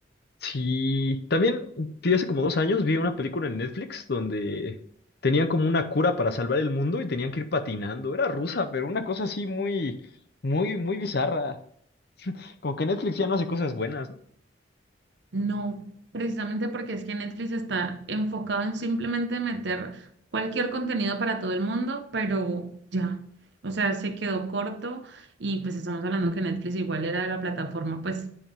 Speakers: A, on the left (about 55°); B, on the right (about 65°).
A: Sí, también vi hace como dos años vi una película en Netflix donde tenían como una cura para salvar el mundo y tenían que ir patinando. Era rusa, pero una cosa así muy, muy, muy bizarra. Como que Netflix ya no hace cosas buenas, ¿no?
B: No, precisamente porque es que Netflix está enfocado en simplemente meter cualquier contenido para todo el mundo, pero ya, o sea, se quedó corto y pues estamos hablando que Netflix igual era la plataforma, pues